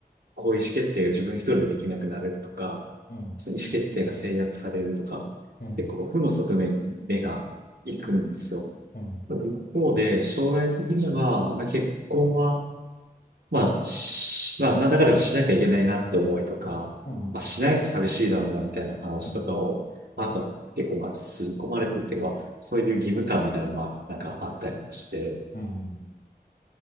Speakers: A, on the right; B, on the left.
A: こう意思決定が自分一人でできなくなるとか、
B: うん、
A: その意思決定が制約されるとか、
B: うん、うん、
A: 結構負の側面に目が行くんですよ。
B: うん、
A: でも一方で、将来的には、まあ、結婚は、まあ、し、まあ、なんだかんだしなきゃいけないなって思いとか、
B: う
A: まあ、しないと寂しいだろうなみたいな話とかを、
B: ん、うん、そうだ。
A: あと結構まあ、吸い込まれてるっていうか、まあそういう義務感みたいなのまあ、なんかあったりとかして、
B: うん、